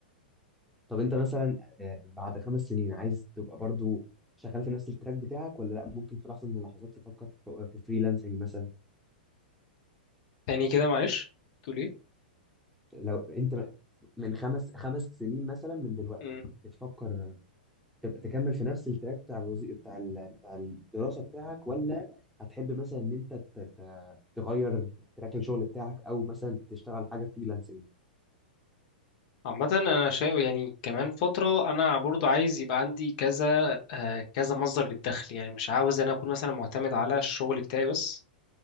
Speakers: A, in the centre; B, on the left.
A: طب انت مثلا آه، بعد خمس سنين عايز تبقى برضو شغال في نفس التراك بتاعك ولا لا ممكن في لحظة من اللحظات تفكر في آه، في فريلانسنج مثلا
B: تاني كده معلش تقول ايه
A: لو انت م- من خمس خمس سنين مثلا من دلوقتي
B: مم.
A: بتفكر تبقى تكمل في نفس التراك بتاع الوظيفة بتاع ال- بتاع الدراسة بتاعك ولا هتحب مثلا ان انت ت- ت- تغير تراك الشغل بتاعك او مثلا تشتغل حاجة فريلانسنج
B: عامة انا شايف يعني كمان فترة انا برضو عايز يبقى عندي كذا آه، كذا مصدر للدخل يعني مش عاوز انا اكون مثلا معتمد على الشغل بتاعي بس